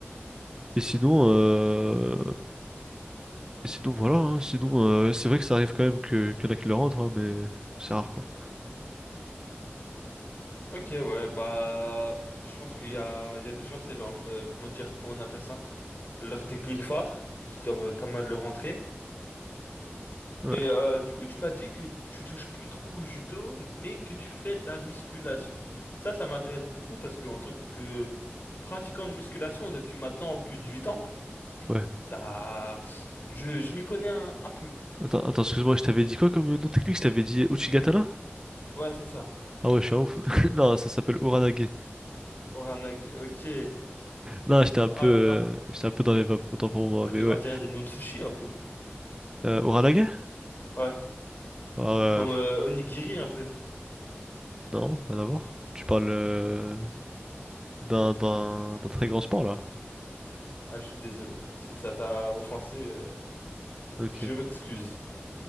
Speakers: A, on the right; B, on the left.
A: Et sinon, euh, et sinon voilà, hein. sinon euh, c'est vrai que ça arrive quand même que qu'il y en a qui le rentrent, hein, mais c'est rare quoi.
B: Ok, ouais, bah, je pense qu'il y a, il y a des gens, c'est leur, euh, comment dire, comment on appelle ça? Leur technique phare, et qui doivent pas mal le rentrer.
A: Ouais,
B: Mais euh, du coup, tu m'as dit que tu touches plus trop au judo, mais que tu fais de la musculation. Ça, ça m'intéresse beaucoup parce que en tant que pratiquant de musculation depuis maintenant plus de 8 ans,
A: ouais.
B: ça, je, je m'y connais un un peu.
A: Attends, attends, excuse-moi, je t'avais dit quoi comme nom technique? Je t'avais dit Uchigatana?
B: Ouais, c'est ça.
A: Ah ouais, je suis un ouf. <laughs> Non, ça s'appelle Uranage.
B: Oranage. Ok.
A: Non, j'étais un
B: Oh
A: peu, euh,
B: là là.
A: j'étais un peu dans les vapes, autant pour moi,
B: On
A: mais
B: di-
A: ouais.
B: on dirait, des noms de sushi un peu.
A: Euh, Uralaga?
B: Ouais.
A: Alors, euh,
B: Comme
A: pff,
B: euh, onigiri un peu.
A: non, rien à voir. Tu parles euh, d'un, d'un, d'un très grand sport, là.
B: Ah, je suis désolé. Si ça t'a offensé, euh,
A: Ok,
B: je m'excuse.